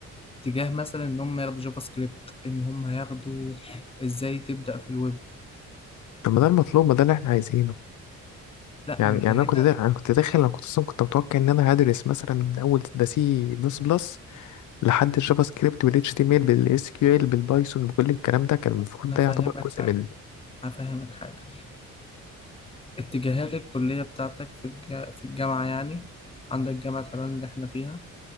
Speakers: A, on the left; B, on the left.
A: تجاه مثلا ان هم ياخدوا جافا سكريبت ان هم ياخدوا ازاي تبدأ في الويب
B: طب ما ده المطلوب ما ده اللي احنا عايزينه
A: لا
B: يعني
A: ما انت
B: يعني انا
A: هنا
B: كنت دا... انا كنت داخل انا كنت اصلا كنت متوقع ان انا هدرس مثلا من اول ده سي بلس بلس لحد الجافا سكريبت والاتش تي ام ال بالاس كيو ال بالبايثون بكل الكلام ده كان المفروض
A: هفهمك
B: ده يعتبر جزء
A: حاجة
B: من
A: هفهمك حاجة اتجاهات الكلية بتاعتك في الج... في الجامعة يعني عندك جامعة حلوان اللي احنا فيها